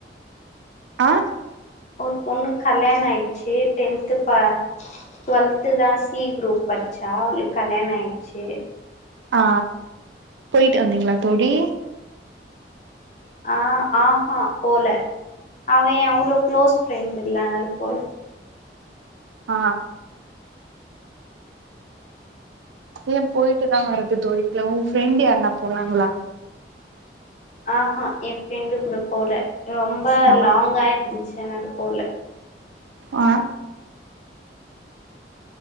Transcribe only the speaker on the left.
ஒர் பொண்ணுக் கல்யாணோ ஆயிச்சு டென்த்து பா டுவெல்து தா சி குரூப் படிச்சா அவளுக் கல்யாண ஆயிச்சு
ஆ ஆஹா போல அவ ஏ அவ்ளோ க்ளோஸ் ஃப்ரெண்ட் இல்லனால போல
ஆஹா ஏ ஃப்ரெண்டு கூட போல ரொம்ப
லாங்கா இந்துச் என்னாடு போல